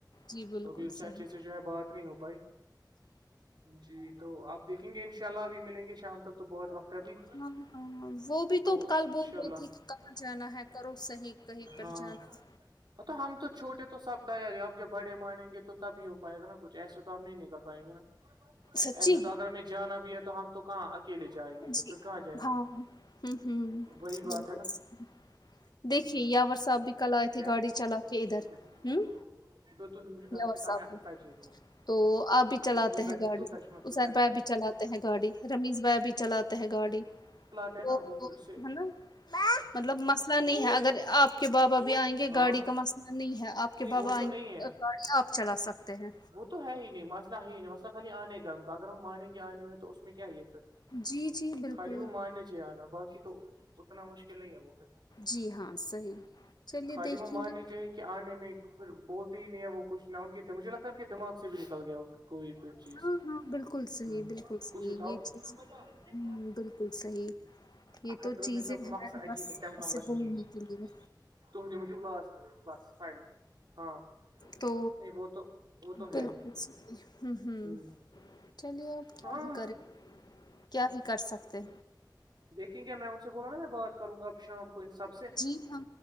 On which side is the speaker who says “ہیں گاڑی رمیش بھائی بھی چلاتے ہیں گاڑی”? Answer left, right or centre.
Left